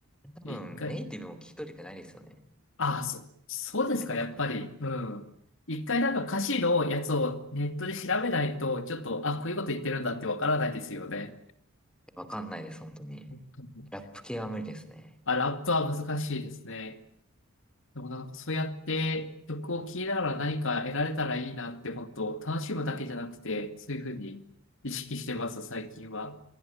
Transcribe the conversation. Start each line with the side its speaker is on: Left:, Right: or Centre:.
Centre: 多分、
Left: 一回、
Centre: ネイティブも聞き取れてないですよね。
Left: ああ、そ、そうですか、
Centre: 取れのかな
Left: やっぱり。うん。一回なんか歌詞のやつをネットで調べないと、ちょっと、あ、こういうこと言ってるんだってわからないですよね。
Centre: わかんないです、本当に。
Left: うん
Centre: ラップ系は無理ですね。
Left: あ、ラップは難しいですね。でもなんかそうやって曲を聴きながら何か得られたらいいなって本当楽しむだけじゃなくてそういうふうに意識してます最近は。